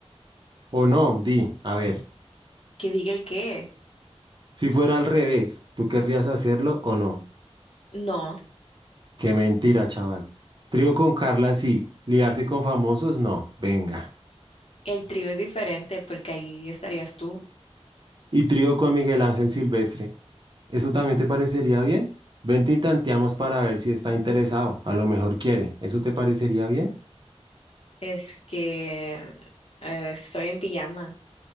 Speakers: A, on the right (about 45°); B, on the left (about 60°).
A: O no, di, a ver,
B: ¿Que diga el qué?
A: si fuera al revés, ¿tú querrías hacerlo o no?
B: No,
A: Qué mentira, chaval. Trío con Carla, sí. Liarse con famosos, no. Venga.
B: el trío es diferente porque ahí estarías tú.
A: Y trío con Miguel Ángel Silvestre. ¿Eso también te parecería bien? Vente y tanteamos para ver si está interesado. A lo mejor quiere. ¿Eso te parecería bien?
B: Es que eh, estoy en pijama.